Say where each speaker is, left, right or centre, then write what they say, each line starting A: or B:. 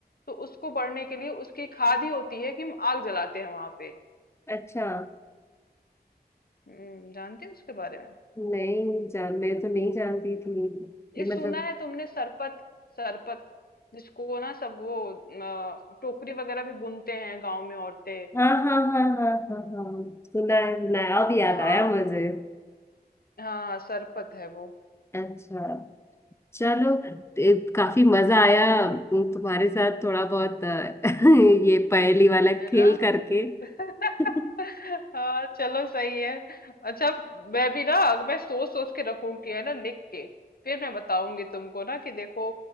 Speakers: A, on the left (about 65°); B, on the left (about 15°).
A: तो उसको बढ़ने के लिए उसकी खाद ही होती है कि हम आग जलाते हैं वहां पे
B: अच्छा
A: हम्म जानते हैं उसके बारे में
B: नहीं जान मैं तो नहीं जानती थी
A: ये
B: ये
A: सुना
B: मतलब
A: है तुमने सरपत सरपत जिसको ना सब वो अ, टोकरी वगैरह भी बुनते हैं गांव में औरतें
B: हाँ हाँ हाँ हाँ हाँ हाँ सुना है सुना है अब याद
A: हाँ
B: आया मुझे
A: हाँ सरपत है वो
B: अच्छा चलो ए, काफी मजा आया उम, तुम्हारे साथ थोड़ा बहुत अ, <laughs> ये पहेली वाला
A: है
B: खेल करके
A: ना <laughs>
B: <laughs>
A: हाँ चलो सही है अच्छा मैं भी ना अब मैं सोच सोच के रखूंगी है ना लिख के फिर मैं बताऊंगी तुमको ना कि देखो